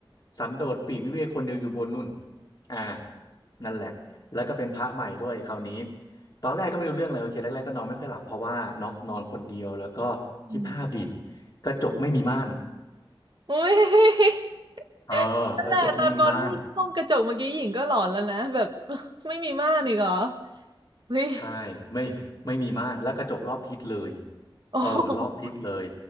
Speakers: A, on the left (about 40°); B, on the right (about 55°).
A: สันโดษปลีกวิเวกคนเดียวอยู่บนนู่นอ่านั่นแหละแล้วก็เป็นพระใหม่ด้วยคราวนี้ตอนแรกก็ไม่รู้เรื่องเลยโอเคแรกๆก็นอนไม่ค่อยหลับเพราะว่าเนาะนอนคนเดียวแล้วก็คิดภาพดิ
B: <laughs>
A: กระจกไม่มีม่าน
B: อุ้ย <laughs>
A: เออกระจกไม่มีม่าน
B: นั่นแหละตอนบอลพูดห้องกระจกเมื่อกี้หญิงก็หลอนแล้วนะแบบ <laughs> ไม่มีม่านอีกเหรออุ้ย
A: ใช่ไม่ไม่มีม่านแล้วกระจกรอบทิศเลย
B: โอ้โห
A: เออรอบทิศเลย